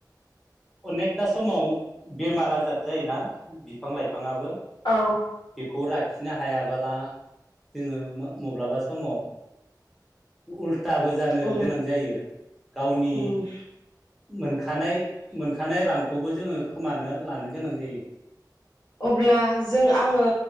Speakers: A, in the centre; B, on the left.
A: अनेकथा समाव बेमारा बेजाद जायोना बिफां लाइफाङाबो
B: औ
A: खौ लाखिनो हायाबोला जोङो मब्लाबा समाव उल थाबो जानो
B: उम
A: गोनां जायो गावनि
B: उम
A: मोनखानाय मोनखानाय रां खौबो जोङो खोमानो लानो गोनां जायो
B: अब्ला जों आङो